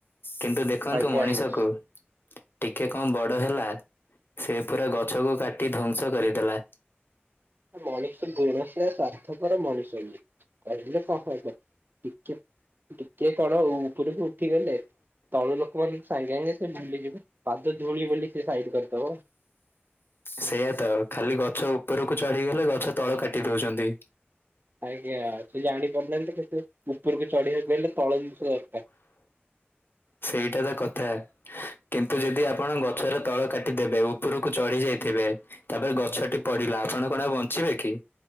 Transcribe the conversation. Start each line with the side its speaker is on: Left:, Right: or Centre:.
Left: କିନ୍ତୁ ଦେଖନ୍ତୁ
Right: ଆଜ୍ଞା
Left: ମଣିଷକୁ
Right: ଆଜ୍ଞା
Left: ଟିକେ କଣ ବଡ଼ ହେଲା, ସେ ପୁରା ଗଛକୁ କାଟି ଧ୍ଵଂସ କରିଦେଲା।
Right: ମଣିଷ ଗୁଣ ସେଇଆ ସ୍ଵାର୍ଥପର ମଣିଷ ଇଏ, କହିଲେ କଣ କହିବ? ଟିକେ, ଟିକେ କଣ ଉପରକୁ ଉଠିଗଲେ ତଳୁ ଲୋକମାନଙ୍କୁ ସାଙ୍ଗେ ସାଙ୍ଗେ ସେ ଭୁଲିଯିବ, ପାଦ ଧୂଳି ବୋଲି ସେ ସାଇଡ୍ କରିଦବ।
Left: ସେଇୟା ତ, ଖାଲି ଗଛ ଉପରକୁ ଚଢିଗଲେ ଗଛ ତଳ କାଟି ଦଉଚନ୍ତି।
Right: ଆଜ୍ଞା, ସେ ଜାଣି ପାରୁନାହାନ୍ତି କିନ୍ତୁ ଉପରକୁ ଚଢିବାକୁ ହେଲେ ତଳ ଜିନିଷ ଦରକାର୍।
Left: ସେଇଟା ତ କଥା। କିନ୍ତୁ ଯଦି ଆପଣ ଗଛର ତଳ କାଟିଦେବେ, ଉପରକୁ ଚଢି ଯାଇଥିବେ ତାପରେ ଗଛଟି ପଡିଲା, ଆପଣ କଣ ଆଉ ବଞ୍ଚିବେ କି?